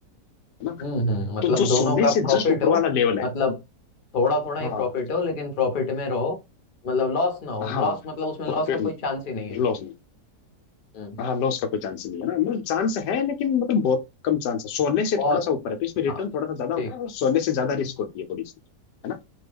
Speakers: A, on the left (about 85°); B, on the left (about 45°).
A: है ना
B: हम्म हम्म मतलब
A: तो जो
B: दोनों
A: सोने
B: का प्रॉफिट
A: से जस्ट ऊपर
B: हो
A: वाला लेवल है
B: मतलब थोड़ा थोड़ा ही
A: हाँ
B: प्रॉफिट हो लेकिन प्रॉफिट में रहो मतलब लॉस ना हो लॉस
A: हाँ
B: मतलब उसमें लॉस
A: प्रॉफिट
B: का कोई चांस ही नहीं है
A: लॉस
B: हम्म हम्म,
A: हाँ लॉस का कोई चांस नहीं है ना मतलब चांस है लेकिन मतलब बहुत कम चांस है सोने से
B: बहुत
A: थोड़ा सा ऊपर है तो इसमें रिटर्न
B: हाँ
A: थोड़ा सा ज्यादा
B: ठीक
A: होता है और सोने से ज्यादा रिस्क होती है थोड़ी सी है ना